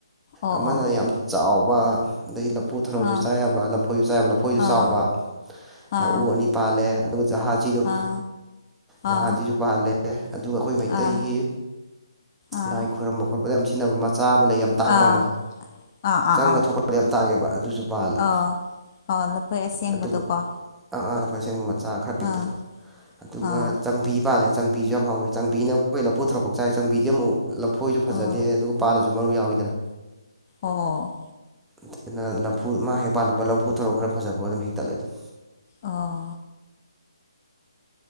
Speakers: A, on the left; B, in the centre.
A: ꯑꯣ
B: ꯑꯃꯅ
A: ꯑꯣ
B: ꯌꯥꯝ ꯆꯥꯎꯕ ꯑꯗꯩ ꯂꯐꯨ ꯊꯔꯣꯁꯨ
A: ꯑꯥ
B: ꯆꯥꯏꯕ ꯂꯐꯣꯏꯁꯨ ꯆꯥꯏꯕ ꯂꯐꯣꯏꯁꯨ
A: ꯑꯥ
B: ꯆꯥꯎꯕ
A: ꯑꯥ
B: ꯂꯎ ꯑꯅꯤ ꯄꯥꯜꯂꯦ ꯑꯗꯨꯒ ꯖꯍꯥꯖꯤꯗꯣ
A: ꯑꯥ
B: ꯖꯍꯥꯇꯤꯁꯨ
A: ꯑꯥ
B: ꯄꯥꯜꯂꯦ ꯑꯗꯨꯒ ꯑꯩꯈꯣꯏ ꯃꯩꯇꯩꯒꯤ
A: ꯑꯥ ꯑꯥ
B: ꯂꯥꯏ ꯈꯣꯏꯔꯝꯕ ꯈꯣꯠꯗ ꯌꯥꯝ ꯁꯤꯟꯅꯕ ꯃꯥ ꯆꯥ ꯑꯃꯅ ꯌꯥꯝ
A: ꯑꯥ
B: ꯇꯥꯡꯕ ꯑꯃ
A: ꯑꯥ ꯑꯥ
B: ꯆꯪꯒ
A: ꯑꯥ
B: ꯊꯣꯛꯀꯗ ꯌꯥꯝ ꯇꯥꯡꯉꯦꯕ ꯑꯗꯨꯁꯨ ꯄꯥꯜꯂꯦ
A: ꯑꯥ ꯑꯥ ꯂꯐꯣꯏ ꯑꯁꯦꯡꯕꯗꯣꯀꯣ
B: ꯑꯗꯨꯒ ꯑ ꯑꯥꯄ ꯑꯁꯦꯡꯕ ꯃꯇꯝ ꯆꯥ ꯈꯔ ꯄꯤꯛꯄꯗꯣ
A: ꯑꯥ
B: ꯑꯗꯨꯒ
A: ꯑꯥ
B: ꯆꯪꯕꯤ ꯄꯥꯜꯂꯦ ꯆꯥꯡꯕꯤꯁꯨ ꯌꯥꯝ ꯍꯥꯎꯋ ꯆꯕꯤꯅ ꯀꯣꯏꯅ ꯂ ꯄꯨꯊꯔꯛ ꯆꯥꯏꯦ ꯆꯪꯕꯤꯗꯤ ꯑꯃꯨꯛ ꯂꯐꯣꯏꯁꯨ ꯐꯖꯗꯦ
A: ꯑꯣ
B: ꯑꯗꯨꯒ ꯄꯥꯜꯂꯁꯨ ꯃꯔꯨ ꯌꯥꯎꯋꯤꯗꯅ
A: ꯑꯣ
B: ꯑꯗꯨꯅ ꯂꯐꯨ ꯃꯥ ꯍꯦꯛ ꯄꯥꯜꯂꯛꯄ ꯂꯐꯨ ꯊꯔꯛ ꯈꯔ ꯐꯖꯕ ꯑꯗꯨꯝ ꯍꯦꯛꯇꯠꯂꯦ ꯑꯗꯨꯝ
A: ꯑꯣ